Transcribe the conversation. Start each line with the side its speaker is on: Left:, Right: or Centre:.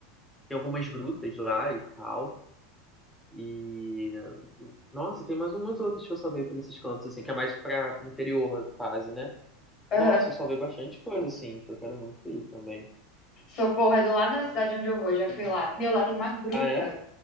Centre: Tem algumas grutas lá e tal. E nossa, tem mais umas outras que eu salvei pra esses cantos, assim, que é mais para pro interior, quase, né?
Left: Aham.
Centre: Nossa, eu salvei bastante coisa, assim, que eu quero muito ir também.
Left: Socorro é do lado da cidade onde eu vou, já fui lá. Meu, lá tem uma gruta.
Centre: Ah, é?